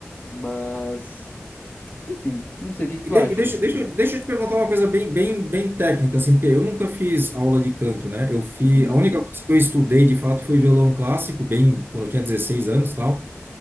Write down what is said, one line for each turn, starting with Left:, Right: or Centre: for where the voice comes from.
Left: Mas, enfim, não sei o que que tu
Right: E, de-
Left: acha,
Right: e deixa,
Left: tipo,
Right: deixa, deixa eu te perguntar uma coisa bem, bem, bem técnica, assim, porque eu nunca fiz aula de canto, né? Eu fiz,
Left: uhum,
Right: a única coisa que eu estudei de fato foi violão clássico, bem quando eu tinha 16 anos, e tal.